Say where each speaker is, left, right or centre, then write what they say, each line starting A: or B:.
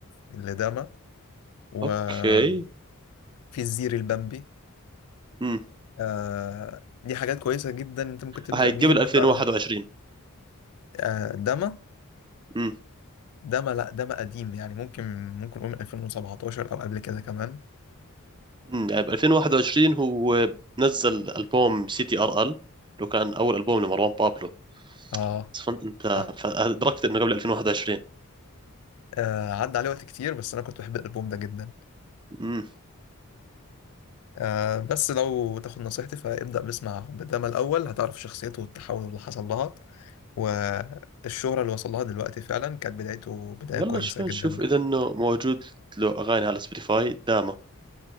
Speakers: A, on the left; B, on the right.
A: اللي داما وفي
B: اوكي
A: الزير البمبي
B: امم
A: آه، دي حاجات كويسة جدا انت ممكن تبدأ
B: هاي
A: بيها
B: قبل
A: بتعرف
B: 2021
A: آه، داما
B: امم
A: داما لا داما قديم يعني ممكن ممكن نقول من 2017 او قبل كده كمان
B: امم يعني ب 2021 هو نزل ألبوم سي تي ار ال لو كان أول ألبوم لمروان بابلو
A: اه
B: بس فهمت أنت
A: صح
B: فأدركت إنه قبل 2021
A: آه، عدى عليه وقت كتير بس انا كنت بحب الالبوم ده جدا
B: امم
A: آه، بس لو تاخد نصيحتي فابدأ باسمع بداما الأول هتعرف شخصيته والتحول اللي حصل لها والشهرة اللي وصل لها دلوقتي فعلا كانت بدايته بداية
B: والله
A: كويسة
B: شوف نشوف
A: جدا
B: إذا إنه موجود له أغاني على سبوتيفاي داما